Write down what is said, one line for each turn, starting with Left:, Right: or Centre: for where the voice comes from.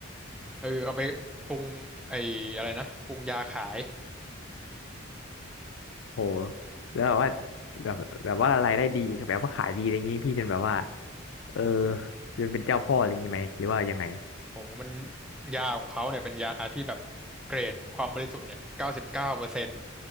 Centre: เออเอาไปปรุงไอ้อะไรนะปรุงยาขาย
Left: โหแล้วแบบว่าแบบแบบว่ารายได้ดีแบบว่าขายดีอะไรเงี้ยพี่จนแบบว่าเออจนเป็นเจ้าพ่ออะไรเงี้ยไหมหรือว่ายังไง
Centre: โอ้โหมันยาของเขาเนี่ยเป็นยาที่แบบเกรดความบริสุทธิ์เนี่ยเก้าสิบเก้าเปอร์เซ็นต์